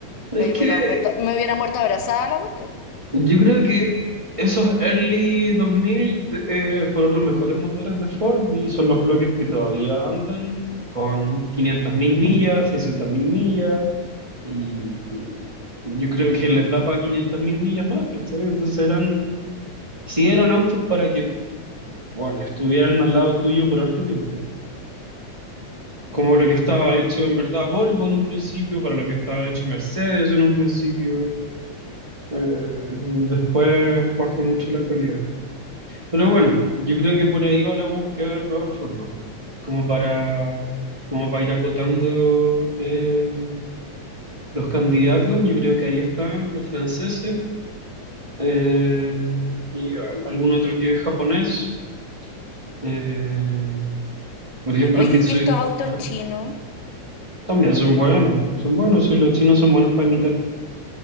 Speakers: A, on the right; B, on the left.
A: Es
B: Onda, yo
A: que
B: me hubiera muerto, me hubiera muerto abrazada a la cuestión.
A: Yo creo que esos early 2000 de- eh, fueron los mejores motores de Ford y son los bloques que todavía andan con 500.000 millas, 600.000 millas y yo creo que les da para 500.000 millas más, ¿cachai? Entonces eran, sí eran autos para que, bueno, estuvieran al lado tuyo por harto tiempo. Como
B: Mm,
A: lo que estaba hecho en verdad Volvo en un principio, para lo que estaba hecho Mercedes en un principio, eh, después bajó mucho la calidad. Pero bueno,
B: mm.
A: yo creo que por ahí va la búsqueda de todas formas, como para, como para ir acotando eh, los candidatos, yo creo que ahí están los franceses eh, y al- algún otro que es japonés. eh, por ejemplo,
B: Oye,
A: el Mitsui,
B: ¿y estos autos
A: ah,
B: chinos?
A: También son buenos, son buenos, y los chinos son buenos para imitar.